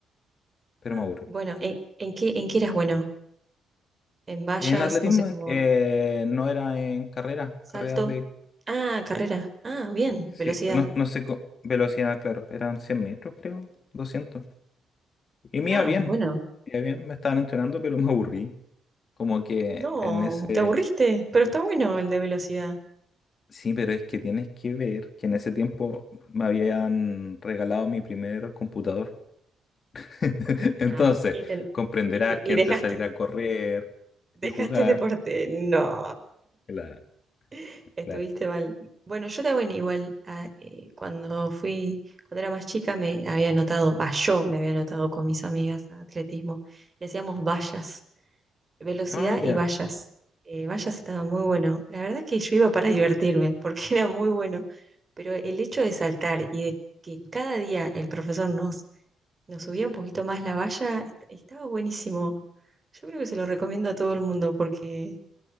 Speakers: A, on the left; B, on the right.
A: pero
B: Ah,
A: me aburrí.
B: bueno, ¿en, en qué, en qué eras bueno? ¿En vallas?
A: En atletismo
B: No sé cómo.
A: eh, no era en carreras,
B: ¿Salto?
A: carreras de...
B: Ah, carrera. Ah, bien,
A: Sí,
B: velocidad.
A: no, no sé, co- velocidad, claro, eran 100 metros, creo, doscientos Y me
B: Ah,
A: iba bien,
B: bueno.
A: me iba bien, me estaban entrenando, pero me aburrí. Como que
B: No,
A: en ese...
B: te aburriste, pero está bueno el de velocidad.
A: Sí, pero es que tienes que ver que en ese tiempo me habían regalado mi primer computador. <laughs> Entonces,
B: Ah, y, te-
A: comprenderás
B: y, te-
A: que
B: y
A: entre
B: dejaste,
A: salir a correr
B: dejaste
A: y jugar...
B: el deporte. No,
A: claro
B: <laughs> estuviste
A: la-
B: mal. Bueno, yo también igual, ah, eh, cuando fui, cuando era más chica me había anotado, ah, yo me había anotado con mis amigas a atletismo y hacíamos vallas. Velocidad
A: Ah, ya.
B: y vallas. Eh, vallas estaba muy bueno. La verdad que yo iba para divertirme, porque <laughs> era muy bueno. Pero el hecho de saltar y de que cada día el profesor nos, nos subía un poquito más la valla, est- estaba buenísimo. Yo creo que se lo recomiendo a todo el mundo porque